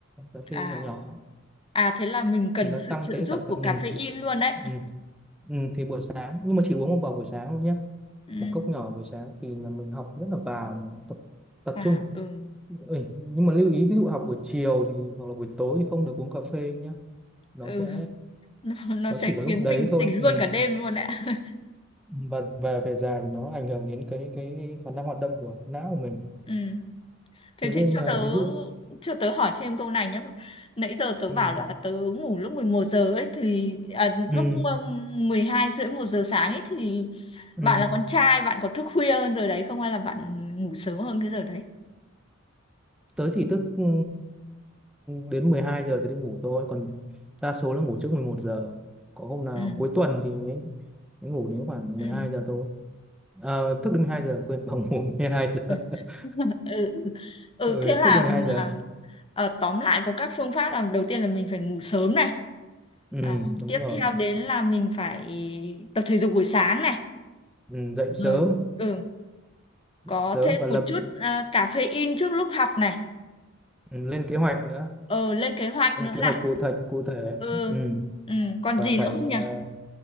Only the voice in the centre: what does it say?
cà phê
nhỏ nhỏ
thì nó
tăng
cái
thở
ừ.
Ừ. ừ thì buổi sáng nhưng mà chỉ uống một vào buổi sáng thôi nhé
một cốc nhỏ buổi sáng thì là mình học rất là vào mình tập tập
trung
ừ, nhưng mà lưu ý ví dụ học buổi chiều thì hoặc là buổi tối thì không được uống cà phê nhé nó
sẽ
nó
chỉ có lúc
đấy
thôi
ừ.
và và về dài thì nó ảnh hưởng đến cái cái khả năng hoạt động của não của mình
thế
nên
à,
ví dụ
ừ.
Ừ.
Ừ.
tớ chỉ thức ừ, đến 12 giờ thì đi ngủ thôi còn đa số là ngủ trước mười một giờ có hôm nào
cuối tuần thì mới mới ngủ đến khoảng
mười hai giờ thôi Ờ, thức đến mười hai giờ quên <laughs> bằng ngủ mười hai giờ
<laughs>
ừ,
thức đến mười
hai giờ
ừ,
đúng
rồi
ừ, dậy sớm
dậy
sớm
và
lập
ừ, lên kế hoạch nữa
lên
kế
hoạch cụ thể cụ thể
ừ,
và
phải
ờ,